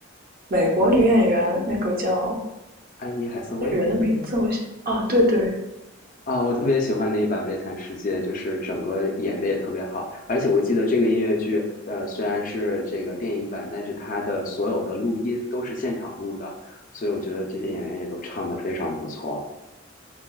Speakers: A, on the right (about 50°); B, on the left (about 45°).
A: 美国女演员，那个叫
B: 安妮海瑟薇
A: 那个人的名字，我想，啊，对对
B: 啊，我特别喜欢那一版《悲惨世界》，就是整个演的也特别好，而且我记得这个音乐剧，呃，虽然是这个电影版，但是它的所有的录音都是现场录的，所以我觉得这些演员也都唱得非常不错。